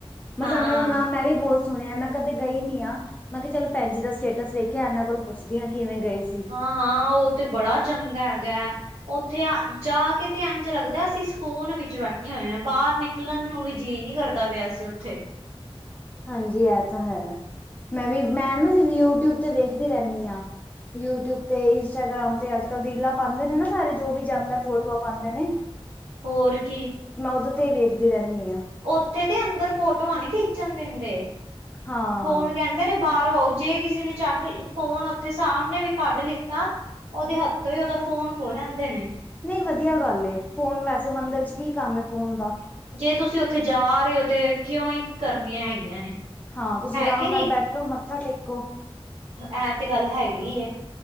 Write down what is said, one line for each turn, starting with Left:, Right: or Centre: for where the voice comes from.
Left: ਬਰਸਾਨਾ
Right: ਹਾਂ ਹਾਂ
Left: ਦਾ ਨਾਮ ਮੈਂ ਵੀ ਬੌ ਸ ਸੁਣੇਆ, ਮੈਂ ਕਦੇ ਗਈ ਨੀ ਆ, ਮੈਂ ਕੇਆ ਚਲੋ ਭੈਜੀ ਦਾ ਸਟੇਟਸ ਵੇਖੇਆ, ਐਨਾਂ ਕੋਲ ਪੁੱਛਦੀ ਆਂ ਕਿਵੇਂ ਗਏ ਸੀ।
Right: ਹਾਂ-ਹਾਂ ਓ ਤੇ ਬੜਾ ਚੰਗਾ ਹੈਗੈ, ਓਥੇ ਅ ਜਾ ਕੇ ਐਂਝ ਲੱਗਦਾ ਐ ਅਸੀ ਕੋਨ ਵਿਚ ਬੈਠੇ ਹੋਏ, ਆ ਬਾਰ ਨਿਕਲਣ ਨੂੰ ਵੀ ਜੀਅ ਨੀ ਕਰਦਾ ਪੇਆ ਸੀ ਓਥੇ।
Left: ਹਾਂਜੀ ਐ ਤੇ ਹੈ, ਮੈਂ ਵੀ ਮੈਂ ਨਾ ਯੂਟਿਊਬ ਤੇ ਵੇਖਦੀ ਰੈਂਨੀ ਆਂ। ਯੂਟਿਊਬ ਤੇ ਇੰਸਟਾਗ੍ਰਾਮ ਤੇ ਅੱਜ-ਕੱਲ ਰੀਲਾਂ ਪਾਂਦੇ ਨੇ, ਨਾ ਸਾਰੇ ਜੋ ਵੀ ਜਾਂਦਾ ਫੋਟੋਆਂ ਪਾਂਦੇ ਨੇ।
Right: ਹੋਰ ਕੀ।
Left: ਮੈਂ ਓਦੇ ਤੇ ਈ ਵੇਖਦੀ ਰੈਂਨੀ ਆ।
Right: ਓਥੇ ਤੇ ਅੰਦਰ ਫੋਟੋਆਂ ਨੀ ਖਿੱਚਣ ਦਿੰਦੇ,
Left: ਹਾਂ
Right: ਫੋਨ ਕੈਂ ਦੇ ਨੇ ਬਾਰੋਂ ਜੇ ਕਿਸੇ ਨੇ ਚੱਕ, ਫੋਨ ਓਥੇ ਸਾਮਨੇ ਵੀ ਕੱਢ ਲਿਤਾ ਓਦੇ ਹੱਥੋਂ ਈ ਓਦਾ ਫੋਨ ਖੋ ਲੈਂਦੇ ਨੇ।
Left: ਨਈ ਵਦੀਆ ਆ ਗੱਲ ਏ, ਫੋਨ ਵੈਸੇ ਮੰਦਰ ਚ ਕੀ ਕੰਮ ਏ ਫੋਨ ਦਾ।
Right: ਜੇ ਤੁਸੀਂ ਓਥੇ ਜਾ ਰਏ ਹੋ ਤੇ ਕੇਉਈ ਕਰਨੀਆਂ ਹੈਗੀਆਂ ਨੇ।
Left: ਹਾਂ ਤੁਸੀਂ
Right: ਹੈ
Left: ਰਾਮ
Right: ਕਿ
Left: ਨਾਲ ਬੈਠੋ ਮੱਥਾ ਟੇਕੋ।
Right: <unintelligible> ਐ ਤੇ ਗੱਲ ਹੈਗੀ ਏ।